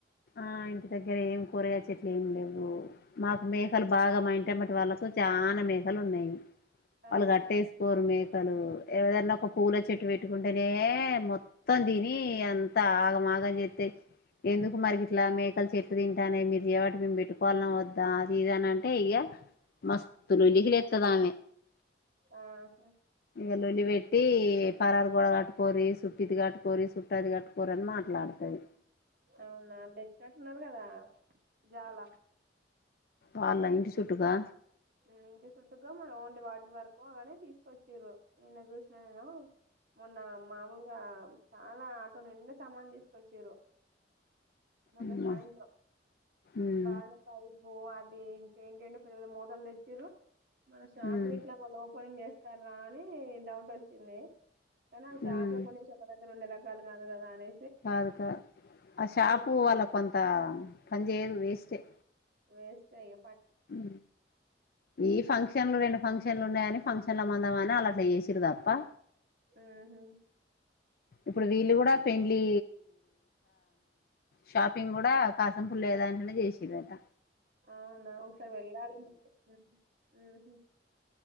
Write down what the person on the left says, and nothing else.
ఆ ఇంటి దగ్గర ఏం కూరగాయ చెట్లు ఏమ్ లేవు. మాకు మేకలు బాగా మా ఇంటెమ్మటి వాళ్ళకు చాన మేఖలున్నయి. వాళ్ళు
గట్టేసుకోరు మే అసలు ఏవదన్నా ఒక పూల చెట్టు పెట్టుకుంటేనే మొత్తం దిని అంత ఆగమాగం చేస్తాయి ఎందుకు మరికి ఇట్లా మేకలు చెట్లు తింటానే మీరు చెవటి మేము పెట్టుకోవాలన్నాం వద్దా అది ఇద అని అంటే ఇక మస్త్ లొల్లికీ
లేస్తది ఆమె
ఇక లొల్లి పెెట్టి పరారు గోడ కట్టుకోరి సుట్టిది కట్టుకోరి సుట్టాది కట్టుకోరు అని మాట్లాడుతది
వాళ్ళ ఇంటి చుట్టుకా
అమ్మా
ఉమ్
ఉమ్
ఉమ్
కాదు కాదు ఆ షాపు
వాళ్ళ కొంత పని చేయదు వేస్ట్ యే
హమ్ ఈ ఫంక్షన్ ఫంక్షన్ల రెండు ఫంక్షన్లు ఉన్నాయని ఫంక్షన్లు మందాం అని అలా చేసారు తప్ప
ఇప్పుడు వీళ్ళు కూడా పెళ్లి షాపింగ్ కూడా కాసంపు లేదాంటనే చేసి రంట